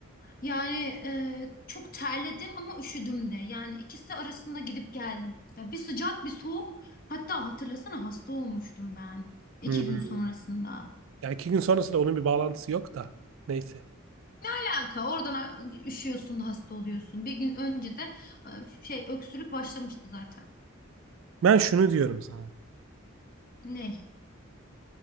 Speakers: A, on the left; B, on the right.
A: Yani e, çok terledim ama üşüdüm de. Yani ikisi arasında gidip geldim. Ya bir sıcak bir soğuk. Hatta hatırlasana hasta olmuştum ben. iki
B: Hmm.
A: gün sonrasında.
B: Yani iki gün sonrasında onun bir bağlantısı yok da. Neyse.
A: Alaka oradan a- üşüyorsun da hasta oluyorsun. Bir gün önce de e, şey öksürük başlamıştı zaten.
B: Ben şunu diyorum sana.
A: Ney?